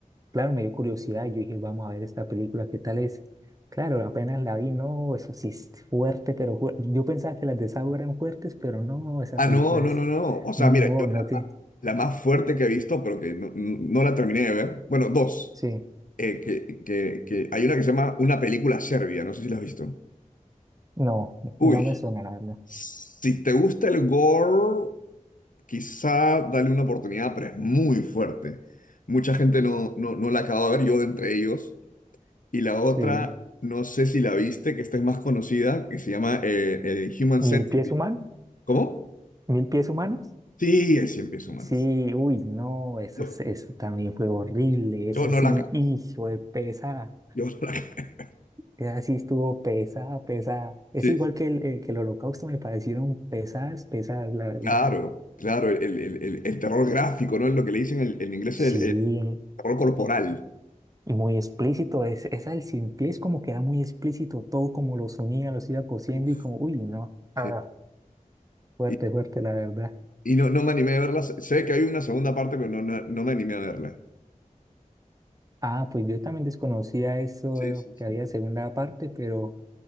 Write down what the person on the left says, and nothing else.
Ah,
no, no,
no, no. O sea,
mira, yo
La más fuerte que he visto, pero que no, no no la terminé de ver. Bueno, dos.
Eh, que, que- que hay una que se llama Una película serbia, no sé si la has visto.
Uy,
si te gusta el gore, quizá dale una oportunidad, pero es muy fuerte. Mucha gente no, no, no la acaba de ver, yo entre ellos. Y la otra,
no sé si la viste, que esta es más conocida, que se llama eh, el Human
Centipede.
¿Cómo?
Sí, es cien pies humano.
Yo,
yo no
la acabo.
Yo no la acabé.
<laughs>
Sí,
Claro, claro, el, el- el- el terror gráfico, ¿no? Es lo que le dicen el- en inglés el,
el terror corporal.
Uf.
Sí.
Y,
y no, no me animé a verla. Sé que hay una segunda parte, pero no, no, no me animé a verla.
Sí,
sí, sí.